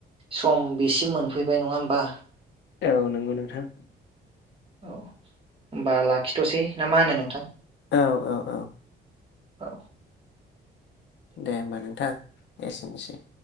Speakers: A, on the right; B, on the left.
A: सम बेसिम मोनफैबाय नङा होमबा?
B: औ नंगौ नोंथां।
A: औ होमबा लाखिथ'सै ना मा होनो नोंथां?
B: औ औ औ।
A: औ।
B: दे होमबा नोंथां एसेनोसै।